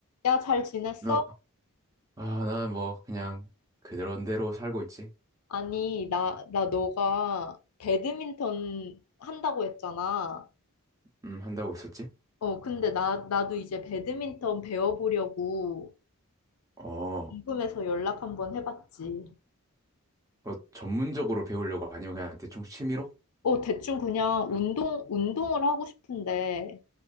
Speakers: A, on the left; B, on the right.
A: 야, 잘 지냈어?
B: 어, 아, 난 뭐, 그냥, 그런대로 살고 있지?
A: 아니, 나, 나 너가 배드민턴 한다고 했잖아.
B: 음, 한다고 했었지?
A: 어, 근데 나, 나도 이제 배드민턴 배워보려고
B: 어,
A: 궁금해서 연락 한번 해봤지.
B: 뭐, 전문적으로 배우려고 아니면 그냥 대충 취미로?
A: 어, 대충 그냥 운동, 운동을 하고 싶은데,